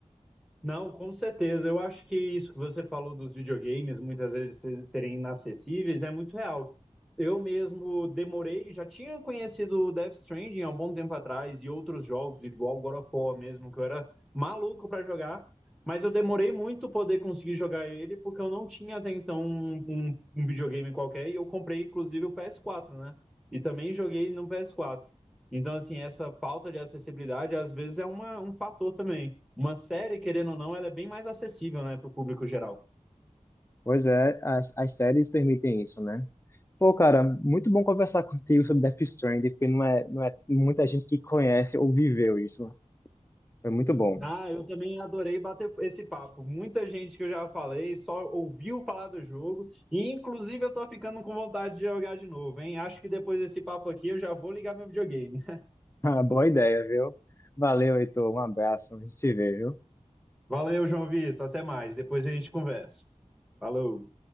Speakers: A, in the centre; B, on the left (about 20°).
A: Não, com certeza. Eu acho que isso que você falou dos videogames muitas vezes se- serem inacessíveis é muito real. Eu mesmo demorei, já tinha conhecido o Death Stranding há um bom tempo atrás e outros jogos, igual o God of War mesmo, que eu era maluco para jogar, mas eu demorei muito poder conseguir jogar ele porque eu não tinha até então um, um- um videogame qualquer e eu comprei inclusive o PS4, né? E também joguei no PS4. Então, assim, essa falta de acessibilidade às vezes é uma- um fator também. Uma série, querendo ou não, ela é bem mais acessível, né, para o público geral.
B: Pois é, as, as séries permitem isso, né? Pô, cara, muito bom conversar contigo sobre Death Stranding, porque não é, não é muita gente que conhece ou viveu isso. Foi muito bom.
A: Ah,
B: <laughs>
A: eu também adorei bater esse papo. Muita gente que eu já falei só ouviu falar do jogo e inclusive eu tô ficando com vontade de jogar de novo, hein? Acho que depois desse papo aqui eu já vou ligar meu videogame.
B: Ah, boa ideia, viu? Valeu, Heitor. Um abraço. A gente se vê, viu?
A: Valeu, João Vitor, até mais, depois a gente conversa. Falou.